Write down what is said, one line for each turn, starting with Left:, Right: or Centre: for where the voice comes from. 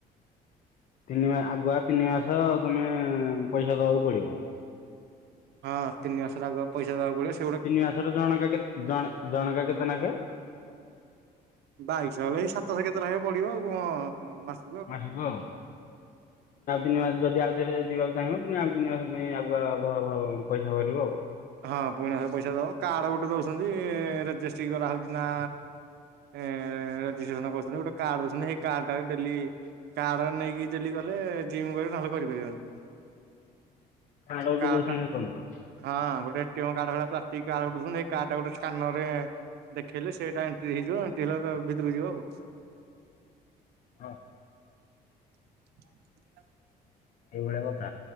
Left: ତିନି ଆଗୁଆ ତିନି ମାସ ତମେ ପଇସା ଦବାକୁ ପଡ଼ିବ।
Right: ହଁ, ତିନି ମାସ--ଆଗୁଆ ପଇସା ଦବାକୁ ପ
Left: ତିନି ମାସର ଜଣକା କେତେ ଜଣ ଜଣକା କେତେ ନାଖେ?
Right: ବାଇଶଶହ ହେଲେ ଏଇ ସାତଶହ କେତେର ହେ ପଡିବ ଆଉ କଣ ମାସ
Left: ମାସୁକୁ ଆଉ। ତିି ମାସ ଯଦି ଆଉଥରେ ଯିବାକୁ ଚାହିଁବ, ପୁଣି ଆଉ ତିନି ମାସ ପାଇଁ ଆଗୁଆ ପଇସା ଭରିବ ଆଉ।
Right: ହଁ ପୁଣିଥରେ ପଇସା ଦବ କାର୍ଡ ଗୋଟେ ଦଉଛନ୍ତି ରେଜିଷ୍ଟ୍ରି କରାହଉଛି ନା ଏ ରେଷ୍ଟ୍ରେସନ କରୁଛନ୍ତି, ଗୋଟେ କାର୍ଛନ୍ତି ସେଇ କାର୍ଡ ଡେଲି କାର୍ଡ ନେଇକି ଯ ଗଲେ ଜିମ୍ କରିବ ନହେଲେ କରିପାରିବନି।
Left: <unintelligible>
Right: କାର୍ଡ ଟା
Left: ପନ୍ଦର।
Right: ହଁ ଗୋଟେ ପ୍ଲାଷ୍ଟଟା ଗୋଟେ ସ୍କାନର୍ ରେ ଦେଖେଇଲେ ସେଇଟା ଏଣ୍ଟ୍ରି ହେଇଯିବ, ଏଣ୍ଟ୍ରି ହେଲା ଭିତରକୁ ଯିବ ଆଉ।
Left: ହଁ
Right: <inaudible>
Left: ଏଇଭଳିଆ କଥା